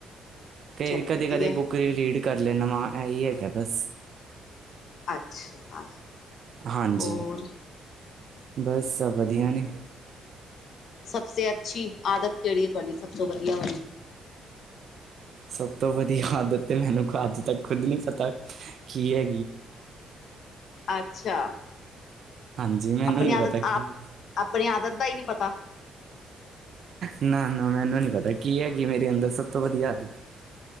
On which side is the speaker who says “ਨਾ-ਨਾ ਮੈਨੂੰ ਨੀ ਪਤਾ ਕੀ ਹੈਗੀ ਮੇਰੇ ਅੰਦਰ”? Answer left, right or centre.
Right